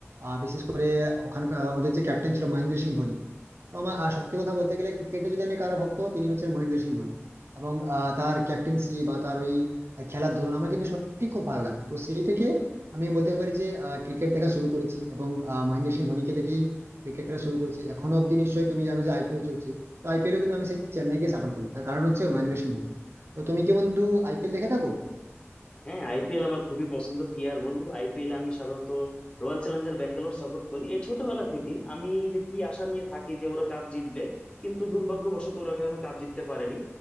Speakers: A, on the right; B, on the left.
A: আহ, বিশেষ করে ওখানকার ওদের যে ক্যাপ্টেন ছিল মহেন্দ্র সিং ধোনি তো আমার আহ, সত্যি কথা বলতে গেলে ক্রিকেটে যদি আমি কারো ভক্ত তিনি হচ্ছেন মহেন্দ্র সিং ধোনি এবং আহ, তার ক্যাপ্টেন্সি বা তার ওই আহ, খেলার ধরন আমার কিন্তু সত্যি খুব ভালো লাগে তো সেই থেকে আমি বলতে পারি যে ক্রিকেট দেখা শুরু করেছি এবং আহ, মহেন্দ্র সিং ধোনিকে দেখেই ক্রিকেট খেলা শুরু করেছি এখনো অব্দি নিশ্চয়ই তুমি জানো যে আইপিএল চলছে তো আইপিএলও কিন্তু আমি সেই চেন্নাইকে সাপোর্ট করি তার কারণ হচ্ছে মহেন্দ্র সিং ধোনি তো তুমি কি বন্ধু আইপিএল দেখে থাকো
B: হ্যাঁ আইপিএল আমার খুবই পছন্দ কি আর বলবো আইপিএল আমি সাধারণত রয়্যাল চ্যালেঞ্জার ব্যাঙ্গালোর সাপোর্ট করি এই ছোটবেলা থেকেই আমি যে কি আশা নিয়ে থাকি যে ওরা কাপ জিতবে কিন্তু দুর্ভাগ্যবশত ওরা এখনো কাপ জিততে পারেনি